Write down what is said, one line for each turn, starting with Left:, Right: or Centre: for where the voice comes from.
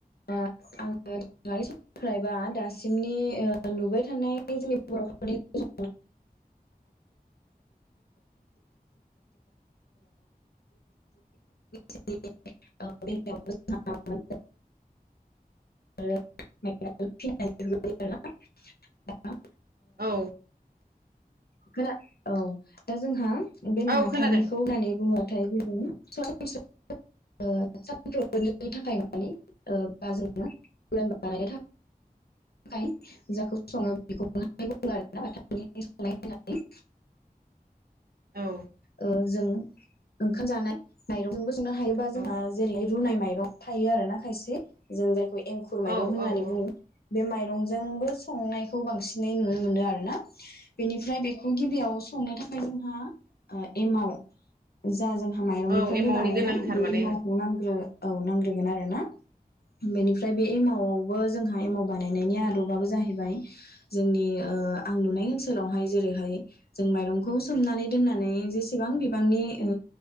Left: आङो दानि समनिफ्रायबा दासिमनि ओ नुबाय थानाय जोंनि बरफोरनि जौ‌ संनाय <unintelligible> <unintelligible> आरो फिसिनानै दोननाय जायो‌ आरोना <unintelligible>
Right: औ।
Left: खोना औ दा जोंहा बे
Right: औ
Left: माथानिखौ
Right: खोनादों
Left: होनानै बुङो। <unintelligible> जेरै सरासनस्रा ओ सानफ्रोमबोनि थाखाय माने ओ बा जोंङो उरान बानायनो थाखाय जाखौ संङो बेखौनो बुंङो आरोना माथा <unintelligible> संनाय होननानै ।
Right: औ
Left: ओ जों ओंखाम जानाय माइरंबो संनो हायोबा जोंहा
Right: औ
Left: जेरै रुनाय माइ रग थायो आरो ना खायसे । जों जायखौ एंखुर माइरं
Right: औ
Left: होननानै
Right: औ औ
Left: बुङो बे माइ <unintelligible> रंजोंबो संनायखौ बांसिनै नुनो मोनो आरोना बेनिफ्राय बेखौ गिबियाव
Right: औ
Left: संनो थाखाय जोंहा ओ एमाव जाजों माइरंनिफ्रायनो
Right: औ एमावनि
Left: बानायनाय
Right: गोनांथार
Left: बे
Right: माने
Left: एमावखौ नांग्रो औ नांग्रोगोन आरोना बेनिफ्राय बे एमावआवबो जोंहा एमाव बानायनायनि आदबाबो जाहैबाय जोंनि ओ आं नुनाय ओनसोलावहाय जेरैहाय जों माइरंखौ सोमनानै दोननानै जेसेबां <unintelligible> बिबांनि ओ